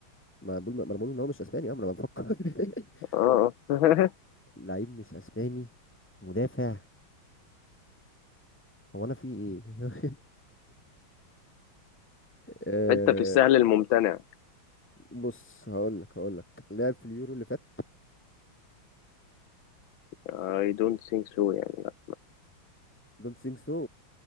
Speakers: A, in the centre; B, on the left (about 75°).
A: ما بقول ما انا بقول ان هو مش اسباني اه ما انا بفكر <laughs>
B: اه اه <laughs>
A: لعيب مش اسباني مدافع هو انا في ايه <laughs> آه،
B: حتة في السهل الممتنع
A: بص هقول لك هقول لك لعب في اليورو اللي فات
B: I don't think so يعني
A: دونت ثينك سو